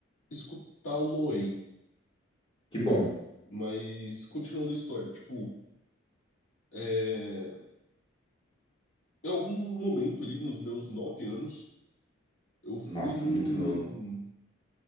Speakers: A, on the left; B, on the left.
A: escutá-lo-ei.
B: Que bom.
A: Mas continuando a história, tipo, é, em algum momento ali nos meus nove anos, eu fui
B: Nossa,
A: num.
B: muito novo.